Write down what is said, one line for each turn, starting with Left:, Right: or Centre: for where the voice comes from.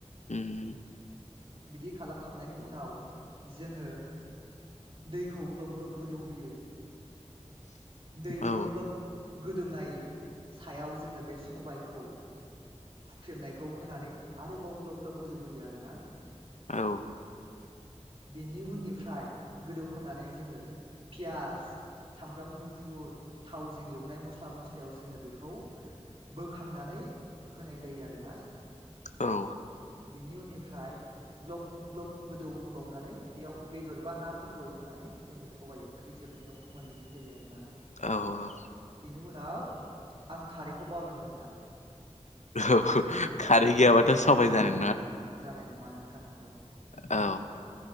Left: उम
Right: बिदि खालामखांनायनि उनाव जोङो दैखौ ग्लब ग्लब गोदौहोयो दै
Left: औ
Right: ग्लब ग्लब गोदौनाय सायाव जोङो बे सबायखौ हुख्रेमनायखौ होनानै आरोबाव ग्लब ग्लब गोदौहोयो आरोना
Left: औ
Right: बेनि उननिफ्राय गोदौहोनानै जोङो पियास सामब्राम गुफुर थावजों एवनाय मस्ला मस्लियाव जोङो बेखौ बोखांनानै होनाय जायो आरोना
Left: औ
Right: बिनि उननिफ्राय ग्लब ग्लब गोदौ हो बावनानै बेयाव बेदर बा नाफोरखौ होनानै जोङो सबाइ ओं ख्रि जोबनायाव मोनहैनाय जायो आरोना
Left: औ
Right: बे नि उनाव आं खारैखौ बावलांदों नोंथां।
Left: औ खारै गैयाबाथ' सबाय <unintelligible>
Right: जानाय नङा नोंथां नंगौ नों
Left: औ